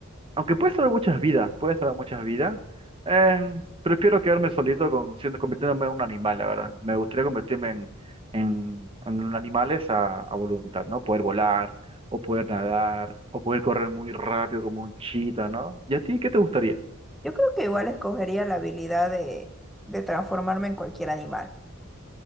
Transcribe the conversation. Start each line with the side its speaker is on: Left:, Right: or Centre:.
Right: Aunque puede salvar muchas vidas, puede salvar muchas vidas. eh, prefiero quedarme solito con, siendo, convirtiéndome en un animal, la verdad. Me gustaría convertirme en, en, en animales a, a voluntad, ¿no? Poder volar, o poder nadar, o poder correr muy rápido como un chita, ¿no? ¿Y a ti qué te gustaría?
Centre: Yo creo que igual escogería la habilidad de, de transformarme en cualquier animal.